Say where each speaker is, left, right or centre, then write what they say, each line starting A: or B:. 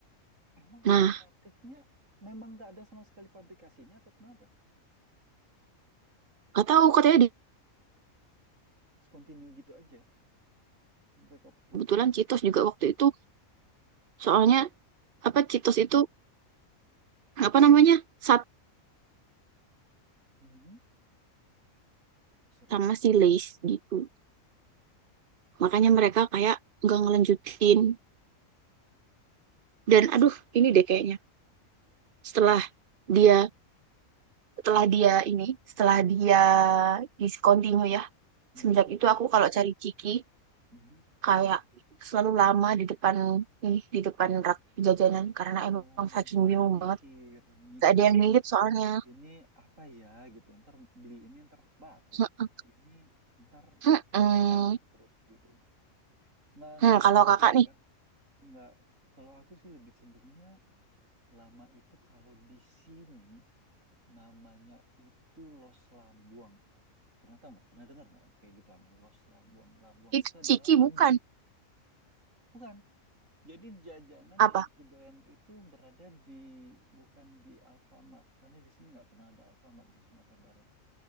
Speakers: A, on the right (about 65°); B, on the right (about 50°).
A: Emang
B: Nah,
A: alternatifnya memang nggak ada sama sekali pabrikasinya atau kenapa?
B: nggak tahu katanya di-
A: Terus continue gitu aja. Mereka putus.
B: kebetulan Cheetos juga waktu itu. Soalnya apa Cheetos itu apa namanya satu
A: Mhm. Serem.
B: sama si Lay's gitu.
A: Mhm.
B: Makanya mereka kayak nggak ngelanjutin. Dan aduh, ini deh kayaknya setelah dia setelah dia ini setelah
A: Mhm.
B: dia discontinue ya
A: Mhm.
B: semenjak itu aku kalau cari Ciki
A: Mhm.
B: kayak selalu lama di depan ini di depan rak jajanan karena
A: Oh,
B: emang saking
A: karena
B: bingung
A: mikir,
B: banget
A: mikir
B: gak ada yang
A: ya.
B: mirip soalnya
A: Ini apa ya gitu. Ntar beli ini ntar batuk.
B: Heeh.
A: Ini ntar
B: Heeh. Hmm,
A: nggak enak perut gitu. Nggak nggak
B: hmm,
A: pernah
B: kalau
A: kepikiran.
B: kakak nih
A: nggak kalau aku sih lebih cenderungnya lama itu kalau di sini namanya itu Los Lambuang. Pernah tahu nggak? Pernah dengar nggak kayak gitu lama Los Lambuang? Lambuang
B: itu
A: itu adalah
B: Ciki
A: lambung.
B: bukan
A: Bukan. Jadi jajanan
B: apa
A: yang aku doyan itu berada di bukan di Alfamart karena di sini nggak pernah ada Alfamart di Sumatera Barat.